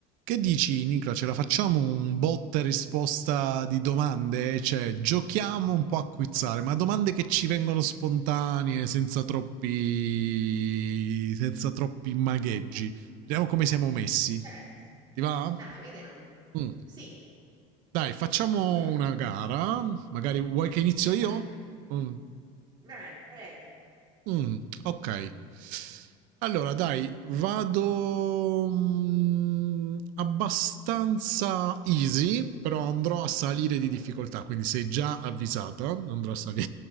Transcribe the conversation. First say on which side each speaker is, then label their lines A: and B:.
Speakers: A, on the right (about 55°); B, on the right (about 25°).
A: Che dici, Nicola? Ce la facciamo un botta e risposta di domande? Cioè, giochiamo un po' a quizzare, ma domande che ci vengono spontanee, senza troppi, senza troppi magheggi. Vediamo come siamo messi.
B: Certo,
A: Ti va?
B: dai, vediamo.
A: Mm.
B: Sì,
A: Dai, facciamo
B: Mm,
A: una gara. Magari vuoi che inizio io?
B: vai,
A: Mm.
B: vai, prego.
A: Mh, okay. Allora dai, vado, mhmm, abbastanza easy, però andrò a salire di
B: Mm,
A: difficoltà, quindi sei già avvisata, andrò a sali